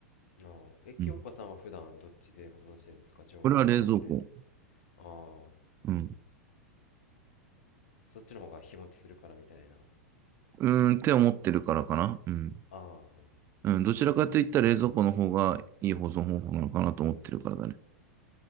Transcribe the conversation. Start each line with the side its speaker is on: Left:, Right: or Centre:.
Left: あー、え、清香さんは普段どっちで保存してるんですか常温か、
Right: うん。これは冷蔵庫。
Left: 冷蔵、ああ
Right: うん。
Left: そっちの方が日持ちするからみたいな。
Right: うーんって思ってるからかな。うん。
Left: ああはい。
Right: うん、どちらかといったら冷蔵庫の方がいい保存方法なのかなと思ってるからだね。